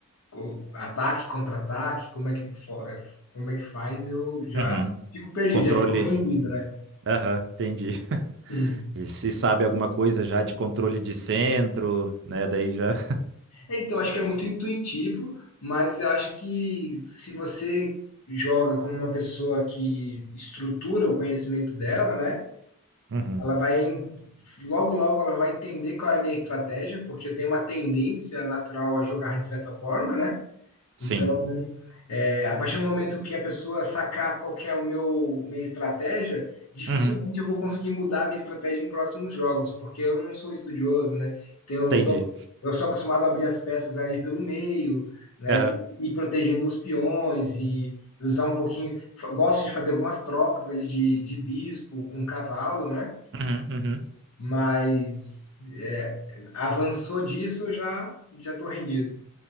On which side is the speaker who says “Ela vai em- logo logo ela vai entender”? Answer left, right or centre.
Left